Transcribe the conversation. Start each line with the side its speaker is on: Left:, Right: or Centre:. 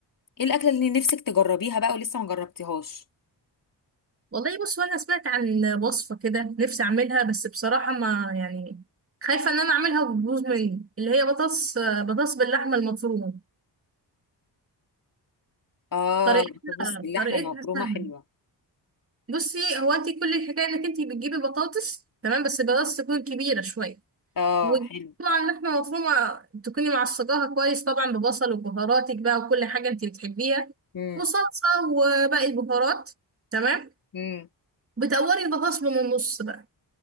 Left: ايه الاكله اللي نفسك تجربيها بقى ولسه ما جربتيهاش
Right: والله بص هو انا سمعت عن وصفه كده نفسي اعملها بس بصراحه ما يعني خايفه ان انا اعملها وتبوظ مني اللي هي بطاطس بطاطس باللحمه المفرومه
Left: اه
Right: طريقتها
Left: بطاطس باللحمه
Right: طريقتها
Left: المفرومه
Right: سهله
Left: حلوه
Right: بصي هو انت كل الحكايه انك انت بتجيبي بطاطس تمام بس البطاطس تكون كبيره شويه
Left: اه
Right: وطبعا
Left: حلو
Right: لحمه مفرومه تكوني معصجاها كويس طبعا ببصل وبهاراتك بقى وكل حاجه انت بتحبيها
Left: إمم.
Right: وصلصه وباقي البهارات تمام
Left: امم
Right: بتقوري البطاطس من النص بقى